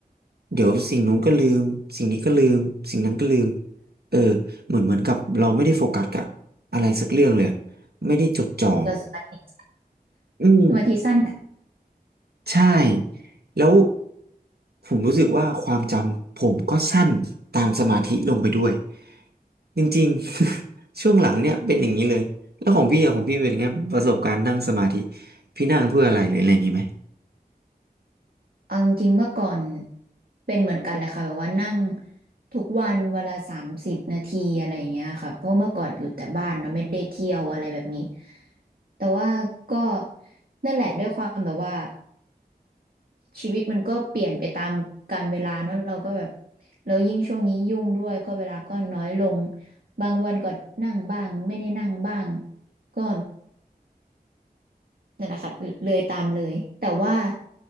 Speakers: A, on the right; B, on the right.
A: เดี๋ยวสิ่งนู้นก็ลืมสิ่งนี้ก็ลืมสิ่งนั้นก็ลืมเออเหมือนเหมือนกับเราไม่ได้โฟกัสกับอะไรสักเรื่องเลยไม่ได้จดจ่อ
B: แล้วสมาธิ
A: อืม
B: สมาธิสั้น
A: ใช่แล้วผมรู้สึกว่าความจำผมก็สั้นตามสมาธิลงไปด้วยจริงๆ <laughs> ช่วงหลังเนี่ยเป็นอย่างนี้เลยแล้วของพี่อะของพี่เป็นไงประสบการณ์นั่งสมาธิพี่นั่งเพื่ออะไรหรืออะไรอย่างนี้ไหม
B: เอาจริงๆเมื่อก่อนเป็นเหมือนกันแหละค่ะแบบว่านั่งทุกวันเวลาสามสิบนาทีอะไรอย่างเงี้ยค่ะเพราะเมื่อก่อนอยู่แต่บ้านเนาะไม่ได้เที่ยวอะไรแบบนี้แต่ว่าก็นั่นแหละด้วยความแบบว่า ชีวิตมันก็เปลี่ยนไปตามกาลเวลาเนอะเราก็แบบแล้วยิ่งช่วงนี้ยุ่งด้วยก็เวลาก็น้อยลงบางวันก็นั่งบ้างไม่ได้นั่งบ้างก็ นั่นแหละค่ะเลยตามเลยแต่ว่า